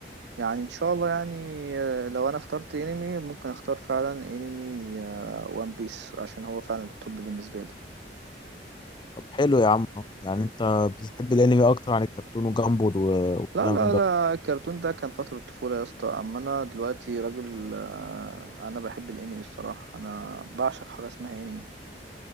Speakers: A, on the right; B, on the left.
A: يعني ان شاء الله يعني آه، لو انا اخترت انمي ممكن اختار فعلا انمي وان بيس عشان هو فعلا التوب بالنسبه لي
B: طب حلو يا عم يعني انت بتحب الانمي اكتر عن الكرتون وجامبل و- والكلام
A: لا لا
B: ده
A: لا الكرتون ده كان فتره الطفوله يا اسطى اما انا دلوقتي راجل آه، انا بحب الانمي الصراحه انا بعشق حاجه اسمها انمي